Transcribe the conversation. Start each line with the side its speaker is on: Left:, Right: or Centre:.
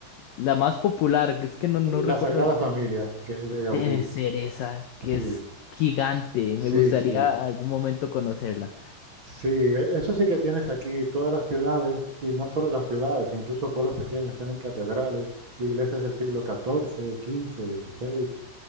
Left: la más popular, que es que no, no recuerdo
Right: la Sagrada
Left: ahorita.
Right: Familia, que es de
Left: Debe
Right: Gaudí.
Left: ser esa, que
Right: Sí,
Left: es gigante.
Right: sí,
Left: Me gustaría
Right: sí.
Left: algún momento conocerla.
Right: Sí, e- eso sí que tienes aquí, todas las ciudades, y no solo las ciudades, incluso pueblos pequeños tienen catedrales, iglesias del siglo XIV, XV, XVI.